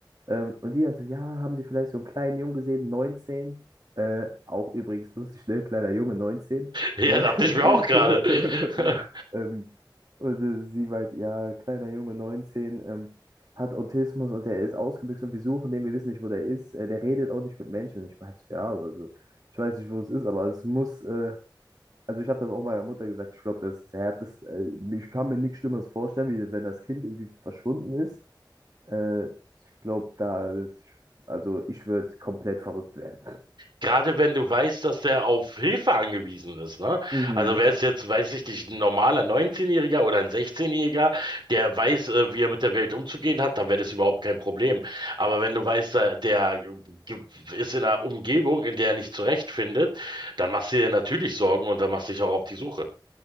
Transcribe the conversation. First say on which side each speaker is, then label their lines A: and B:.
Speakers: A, on the right (about 50°); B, on the right (about 70°).
A: Ähm, und die dann so, ja, haben Sie vielleicht so einen kleinen Jungen gesehen, 19? Äh, auch übrigens lustig, ne? Kleiner Junge, 19.
B: Ja,
A: Äh,
B: dachte ich mir auch
A: <laughs>
B: gerade. <laughs>
A: ähm, und äh, sie meinte, ja, kleiner Junge, 19 ähm, hat Autismus und der ist ausgebüxt und wir suchen den, wir wissen nicht, wo der ist. Äh, der redet auch nicht mit Menschen. Und ich meinte, so, ja, also ich weiß nicht, wo es ist, aber es muss, äh, also ich habe das auch meiner Mutter gesagt, ich glaube, das ist das Härteste. Äh, ich kann mir nichts Schlimmeres vorstellen, wie wenn das Kind irgendwie verschwunden ist. Äh, ich glaube, da, also ich würde komplett verrückt werden.
B: Gerade wenn du weißt, dass der auf Hilfe angewiesen ist, ne?
A: Mhm.
B: Also wäre es jetzt, weiß ich nicht, ein normaler 19-Jähriger oder ein 16-Jähriger, der weiß, äh, wie er mit der Welt umzugehen hat, dann wäre das überhaupt kein Problem. Aber wenn du weißt, da- der ge- ist in einer Umgebung, in der er nicht zurechtfindet, dann machst du dir natürlich Sorgen und dann machst du dich auch auf die Suche.